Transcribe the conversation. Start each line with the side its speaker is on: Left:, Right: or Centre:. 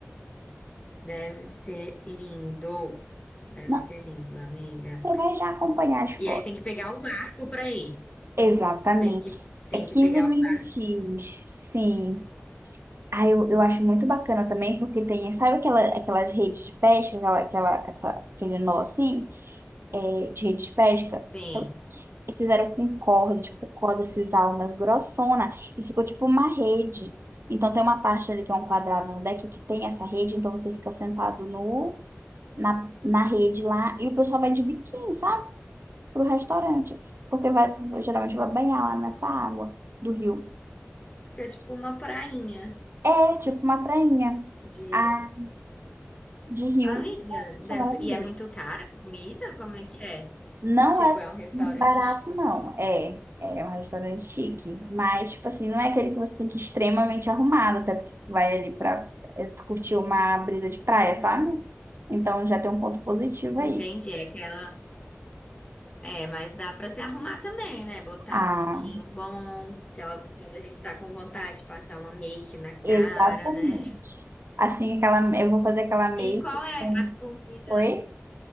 Left: deve ser lindo. Deve
Right: Não,
Left: ser lindo, amiga.
Right: você vai já acompanhar as fotos.
Left: E aí tem que pegar o barco pra ir.
Right: Exatamente.
Left: Tem que, tem
Right: É 15
Left: que pegar
Right: minutinhos,
Left: o barco.
Right: sim. Ah, eu,
Left: Hum,
Right: eu acho muito bacana também, porque tem, sabe aquela, aquelas redes de pesca, aquela, aquela, aquela- aquele nó assim, é, de rede de pesca?
Left: Sim.
Right: E fizeram com corda, tipo, corda esses daí umas grossona, e ficou tipo uma rede. Então tem uma parte ali que é um quadrado no deck que tem essa rede, então você fica sentado no, na, na rede lá, e o pessoal vai de biquíni, sabe? Pro restaurante. Porque vai, geralmente vai banhar lá nessa água do rio.
Left: É tipo uma prainha
Right: É tipo uma prainha,
Left: de
Right: ah, de rio.
Left: Amiga, deve
Right: Isso é maravilhoso.
Left: ser. E é muito cara a comida? Como é que é?
Right: Não
Left: Tipo,
Right: é
Left: é um restaurante
Right: muito barato,
Left: chique.
Right: não. É, é um restaurante chique. Mas, tipo assim, não é aquele que você tem que ir extremamente arrumado, até porque tu vai ali pra é, tu curtir uma brisa de praia,
Left: Uhum.
Right: sabe? Então já tem um ponto positivo
Left: Entendi,
Right: aí.
Left: é aquela. É, mas dá pra se arrumar também, né? Botar
Right: Ah,
Left: um lookinho bom, aquela quando a gente tá com vontade de passar uma make na cara,
Right: exatamente.
Left: né?
Right: Assim, aquela, eu vou fazer aquela make
Left: E qual é
Right: com...
Left: a comida?
Right: Oi?